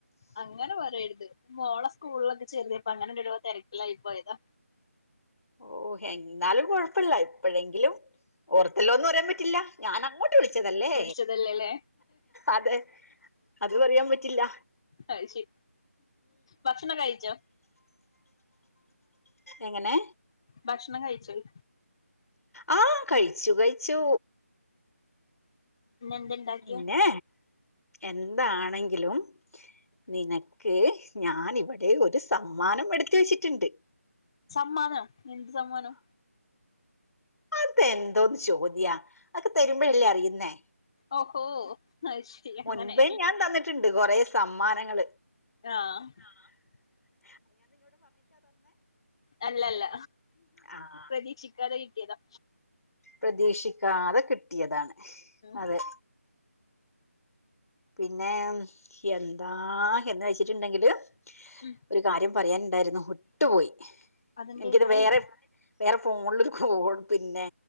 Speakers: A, on the left; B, on the left.
A: അങ്ങനെ പറയര്ത് മോളെ സ്കൂൾലൊക്കെ ചേർത്തിയപ്പൊ അങ്ങനെന്തെരോ തെരക്കിലായ് പോയതാ
B: ഓഹ് എന്നാലും കൊഴപ്പല്ല ഇപ്പഴെങ്കിലും ഓർത്തെല്ലോന്ന് പറയാൻ പറ്റില്ല ഞാനങ്ങോട്ട് വിളിച്ചതല്ലേ
A: വിളിച്ചതല്ലേല്ലേ
B: അതെ അത് പറയാൻ പറ്റില്ലാ
A: അത് ശെരി ഭക്ഷണൊക്കെ കഴിച്ചോ
B: എങ്ങെനെ
A: ഭക്ഷണം കഴിച്ചോയ്
B: ആഹ് കഴിച്ചു കഴിച്ചു
A: ഇന്ന് എന്ത് ഇണ്ടാക്കിയെ
B: പിന്നെ എന്താണെങ്കിലും നിനക്ക് ഞാൻ ഇവടെ ഒര് സമ്മാനം എട്ത്ത് വെച്ചിട്ട്ണ്ട്
A: സമ്മാനം എന്ത് സമ്മാനം
B: അത് എന്തോന്ന് ചോദ്യാ അതൊക്കെ തര്മ്പഴല്ലേ അറിയ്ന്നേ
A: ഓഹോ അത് ശരി
B: മുൻപേ
A: അങ്ങനെ
B: ഞാൻ തന്നിട്ടുണ്ട് കൊറെ സമ്മാനങ്ങൾ
A: ആഹ്
B: ആഹ്
A: അല്ലല്ല
B: ആഹ്
A: പ്രതീക്ഷിക്കാതെ കിട്ടിയതാ
B: പ്രതീക്ഷിക്കാതെ കിട്ടിയതാണ്
A: ഉം
B: അതേ പിന്നെ എന്താ എന്ന് വെച്ചിട്ടുണ്ടെങ്കില്
A: ഉം
B: ഒരു കാര്യം പറയാനുണ്ടായിരുന്നു വിട്ടുപോയി
A: അതെന്തേ
B: എനിക്കത്
A: പറയ്
B: വേറെ വേറെ ഫോണിൽ ഒരു കോൾ പിന്നെ